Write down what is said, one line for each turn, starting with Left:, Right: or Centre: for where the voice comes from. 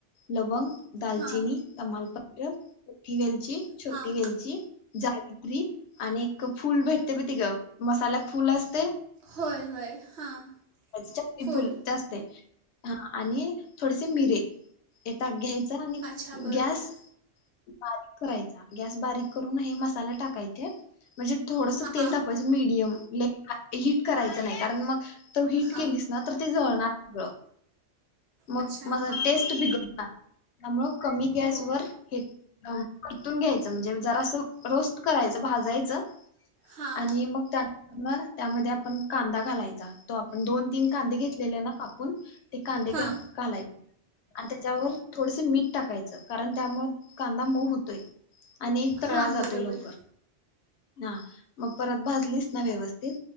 Left: लवंग दालचिनी
Right: हां
Left: तमालपत्र मोठी वेलची, छोटी
Right: हां
Left: वेलची, जायपत्री आणि फूल भेटतय बघं ते गं मसाल्यात फूल असतय
Right: होय होय हां
Left: चक्री
Right: फुल
Left: ते असते हा आणि थोडेसे मिरे येता घ्याय च घ्यायचं आणि
Right: अच्छा बरोबर
Left: गॅस बारीक करायचा गॅस बारीक करून हे मसाल्यात टाकायचे म्हणजे थोडंसं
Right: हां
Left: तेल तापवायचं मिडियम लई <inaudible> हिट करायचं नाही कारण मग तू हिट
Right: हां
Left: केलीस ना तर ते जळणार बह मग
Right: अच्छा
Left: मह
Right: हां
Left: टेस्ट
Right: हां
Left: बिघडणार त्यामुळं कमी गॅस
Right: हो
Left: वर हे परतून घ्यायचं म्हणजे जरा असं रोस्ट करायचं भाजायचं
Right: हां
Left: आणि मग त्या त्यामध्ये आपण कांदा घालायचा तो आपण दोन तीन कांदे घेतलेले ना कापून ते कांदे घ्या
Right: हां
Left: घालायचे. आणि त्याच्यावर थोडस मीठ टाकायचं कारण त्यामुळे कांदा मऊ होतोय आणि तळा
Right: हां
Left: जातो
Right: बरोबर
Left: लवकर ह मग परत भाजलीच ना व्यवस्थित